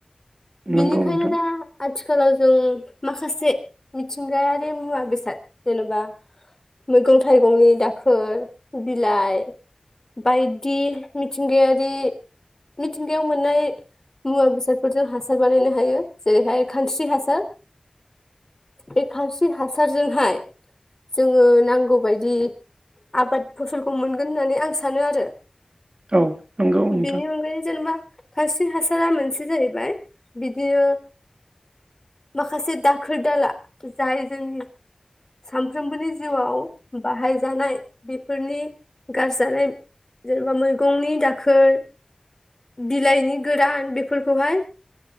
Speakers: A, on the right (about 50°); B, on the left (about 30°).
A: नंगौ
B: बिनि खायनो
A: नोंथां
B: दा आथि खालाव जों माखासे मिथिंगायारि मुवा बेसाद होनोबा मैगं थाइगंनि दाखोर बिलाइ बायदि मिथिंगायारि मिथिंगायाव मोननाय मुवा बेसादफोरजों हासार बानायनो हायो जेरैहाय खानस्रि हासार बे खानस्रि हासारजोंहाय जोङो नांगौ बायदि आबाद फसलखौ मोनगोन होननानै आं सानो आरो
A: औ नंगौ नोंथां
B: बेनि अनगायै जेनेबा खानस्रि हासारा मोनसे जाहैबाय बिदियो माखासे दाखोर दाला जाय जोंनि सानफ्रोमबोनि जिउआव बाहायजानाय बेफोरनि गारजानाय जेनेबा मैगंनि दाखोर बिलाइनि गोरान बेफोरखौहाय